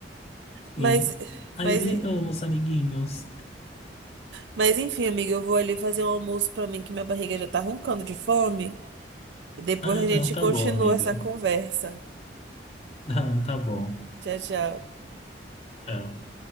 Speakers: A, on the left; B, on the right.
A: Sim.
B: Mas,
A: Aí
B: mas,
A: viramos amiguinhos.
B: mas enfim, amiga, eu vou ali fazer um almoço pra mim, que minha barriga já tá roncando de fome. E depois
A: Ah,
B: a
A: não,
B: gente
A: tá
B: continua
A: bom, amiga.
B: essa conversa.
A: <laughs> Não, tá bom.
B: Tchau, tchau.
A: Tchau.